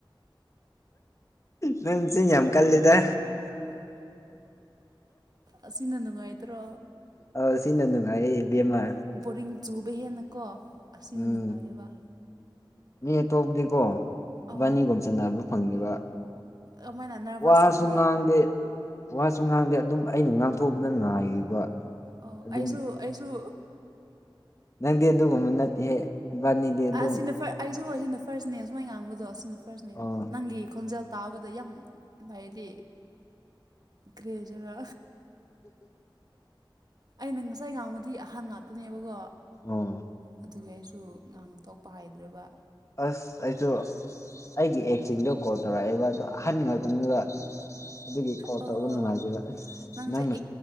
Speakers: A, on the left (about 35°); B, on the right (about 50°).
A: ꯅꯪ ꯆꯤꯟ ꯌꯥꯝ ꯀꯜꯂꯤꯗ
B: ꯑꯁꯤꯅ ꯅꯨꯡꯉꯥꯏꯇ꯭ꯔꯣ
A: ꯑ ꯁꯤꯅ ꯅꯨꯡꯉꯥꯏꯌꯦ ꯕꯦꯝꯃꯥ
B: ꯕꯣꯔꯤꯡ ꯆꯨꯕ ꯍꯦꯟꯅꯀꯣ ꯑꯁꯤꯅ
A: ꯎꯝ
B: ꯅꯨꯡꯉꯥꯏꯌꯦꯕ
A: ꯃꯤ ꯑꯇꯣꯞꯗꯤꯀꯣ
B: ꯑꯣ
A: ꯏꯕꯥꯅꯤꯒꯨꯝ ꯆꯟꯅꯕ ꯐꯪꯉꯤꯕ
B: ꯀꯃꯥꯏꯅ ꯅꯔꯚꯁ
A: ꯋꯥꯁꯨ
B: ꯆꯠꯄ꯭ꯔꯣ
A: ꯉꯥꯡꯗꯦ ꯋꯥꯁꯨ ꯉꯥꯡꯗꯦ ꯑꯗꯨꯝ ꯑꯩꯅ ꯉꯥꯡꯊꯣꯛꯄꯗ ꯉꯥꯏꯔꯤꯕ
B: ꯑꯣ
A: ꯑꯗꯨꯝ
B: ꯑꯩꯁꯨ ꯑꯩꯁꯨ
A: ꯅꯪꯗꯤ ꯑꯗꯨꯒꯨꯝꯕ ꯅꯠꯇꯦꯍꯦ ꯏꯕꯥꯅꯤꯗꯤ ꯑꯗꯨꯝ
B: ꯑꯁꯤꯅ ꯑꯩꯁꯨ ꯑꯁꯤꯅ ꯐꯥꯔꯁꯅꯦ ꯑꯨꯃꯥꯏ ꯉꯥꯡꯕꯗꯣ ꯑꯁꯤꯅ ꯐꯥꯔꯁꯅꯦ
A: ꯑꯣ
B: ꯅꯪꯒꯤ ꯈꯣꯟꯖꯦꯜ ꯇꯥꯕꯗ ꯌꯥꯝ ꯂꯥꯏꯂꯤ ꯀꯔꯤ ꯍꯥꯏꯖꯤꯔ ꯑꯩꯅ ꯉꯁꯥꯏ ꯉꯥꯡꯕꯗꯤ ꯑꯍꯥꯟ ꯉꯥꯛꯇꯅꯦꯕꯀꯣ
A: ꯑꯣ
B: ꯑꯗꯨꯒꯤ ꯑꯩꯁꯨ ꯉꯍꯥꯡ ꯊꯣꯛꯄ ꯍꯥꯏꯇꯔꯕ
A: ꯑꯁ ꯑꯩꯁꯨ ꯑꯩꯒꯤ ꯑꯦꯛꯁꯤꯡꯗ ꯀꯣꯜ ꯇꯧꯔꯛꯑꯦꯕ ꯑꯗꯣ ꯑꯍꯟ ꯉꯥꯛꯇꯅꯤꯕ ꯑꯗꯨꯒꯤ ꯀꯣꯜ
B: ꯑꯣ
A: ꯇꯧꯕ ꯅꯨꯡꯉꯥꯏꯖꯦꯕ ꯑꯁ
B: ꯅꯪꯁꯦ
A: ꯅꯪꯅ